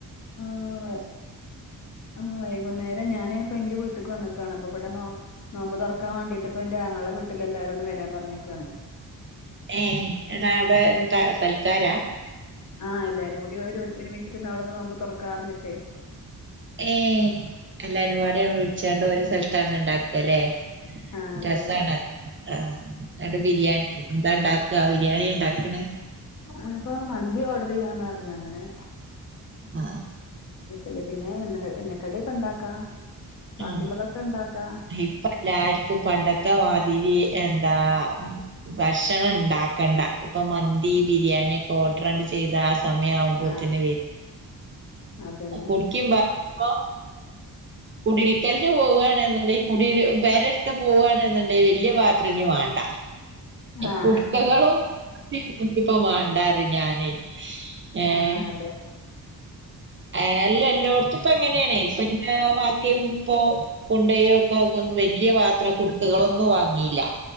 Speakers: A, on the left (about 50°); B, on the right (about 35°).
A: ആഹ് ആഹ് വൈകുന്നേരം ഞാന് ഇപ്പ എന്റെ വീട്ട്ക്ക് വന്നക്കുകയാണ് അപ്പ ഇവിടെ നോമ്പ് തുറക്കാൻ വേണ്ടിട്ട് ഇപ്പ എന്റെ ആങ്ങളെടെ വീട്ടിൽ എല്ലാരോടും വരാൻ പറഞ്ഞിരിക്കയാണ് <inaudible>
B: ഏഹ് എടാ അവിടെന്താ സൽക്കാരാ
A: ആഹ് എല്ലാരും കൂടി ഒരു ഒരുമിച്ചിട്ട്ന്ന് അവിടെന്ന് നോമ്പ് തുറക്കാ പറിഞ്ഞിട്ടെ
B: ഏഹ് എല്ലാരുംപാട് വിളിച്ചണ്ട് ഓരോ സ്ഥലത്താണ് ഉണ്ടാക്കല്ലേ
A: ആഹ് അതെ
B: രസമാണ്
A: അതെ
B: ആഹ് അന്നിട്ട് ബിരിയാണി എന്താണ്ടാക്ക ബിരിയാണി ഉണ്ടാക്കണെ
A: ഇനിപ്പോ മന്തി ഓർഡർ ചെയ്യാന്ന് പറിഞ്ഞ് അങ്ങനെ
B: ആഹ്
A: ഇല്ല പിന്നെ എണ്ണ എണ്ണക്കടിയൊക്കെ ഇണ്ടാക്കാ ബാക്കിയുള്ളതൊക്കെ
B: ആഹ്
A: ഇണ്ടാക്കാ
B: ഇപ്പ എല്ലാര്ക്കും പണ്ടത്തെ മാതിരി എന്താ ഭക്ഷണം ഇണ്ടാക്കണ്ട ഇപ്പൊ മന്തി, ബിരിയാണി ഒക്കെ ഓർഡർ അണ്ട് ചെയ്താ സമയവുമ്പോത്തിന്
A: ആഹ്
B: വരും
A: അതന്നെ
B: കുടുക്കിം പാത്രോം കുടിട്ക്കൽന് പോവാണ്ന്നുണ്ടെങ്കി കുടി പെരട്ത്ത് പോവാണ്ന്നുണ്ടെൽ വല്യ പാത്രം ഇനി വാണ്ട
A: ആഹ്
B: കുടുക്കകളും <inaudible> ഇൻക്കിപ്പം വാണ്ടാറി ഞാനേയ് ഏഹ്
A: ആഹ് അതെ
B: ഏഹ് അല്ല എല്ലോട്ത്തും ഇപ്പം അങ്ങനാണേ ഇപ്പം ന്റെ ബാക്കിയും ഇപ്പോ കൊണ്ടയോക്കെ ഒന്ന് വല്യ പാത്രം കുടുക്കകളൊന്നും വാങ്ങിയില്ല